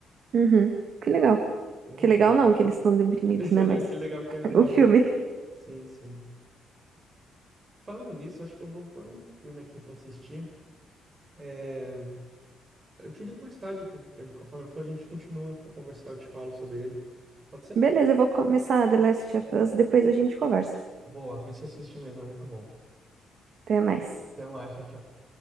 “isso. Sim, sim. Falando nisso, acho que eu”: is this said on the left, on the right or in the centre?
Right